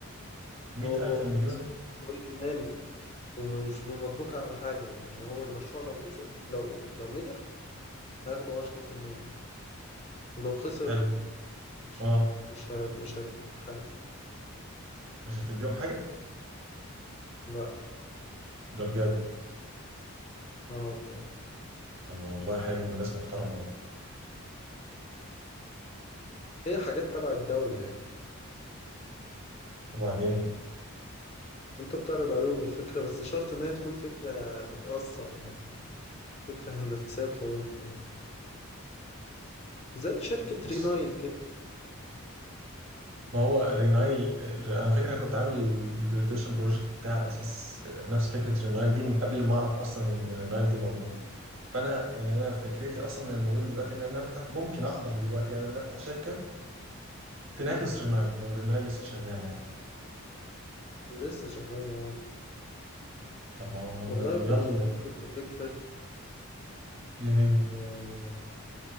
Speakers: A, on the right (about 65°); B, on the left (about 30°).
A: مئة
B: هو
A: ألف المليون
B: وكمان ومش بيمضوك على حاجة يعني هو المشروع لو كسب لو لو نجح هياخدوا عشرة في المية ولو خسر
A: حلو
B: مش
A: اه
B: مش ه- مش هيدفعوك حاجة
A: مش هتديهم حاجة
B: لا
A: ده بجد
B: اه والله
A: طب ما والله حلو وناس محترمة اهو
B: هي حاجات تبع الدولة يعني
A: وبعدين
B: انت بتعرض عليهم الفكرة بس شرط ان هي تكون فكرة بتأثر يعني فكرة هندسية قوية زي شركة
A: بص
B: رينايل كده
A: ما هو رينايل انا فاكر أنا كنت عامل الجراديويشن بروجكت بتاعي على اساس آه، نفس فكره رينايل دي من قبل ما اعرف اصلا ان رينايل دي موجوده فانا يعني انا فكرتي اصلا الموجوده دلوقتي ان انا افتح ممكن اقدر دلوقتي يعني ان انا افتح شركه تنافس رينايل لو رينايل لسه شغاله يعني
B: لسه شغال اه
A: طب ما هو
B: والله
A: يلا
B: كنت بفكر
A: ننافس
B: في فكرة
A: ايه هي
B: إن آه،